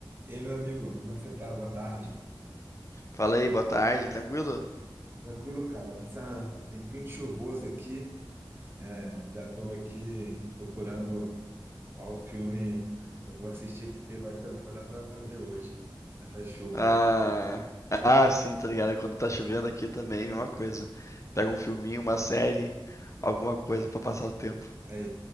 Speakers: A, on the right; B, on the left.
A: E aí, meu amigo, como é que você tá? Boa tarde.
B: Fala aí, boa tarde, tranquilo?
A: Tranquilo, cara. Essa tempinho de chuvoso aqui. é, já estou aqui procurando qual filme eu vou assistir, porque vai ser o que vai dar para fazer hoje, essa chuva.
B: Ah, ah, sim, tá ligado? Quando tá chovendo aqui também, mesma coisa. Pega um filminho, uma série, alguma coisa pra passar o tempo. O
A: Mas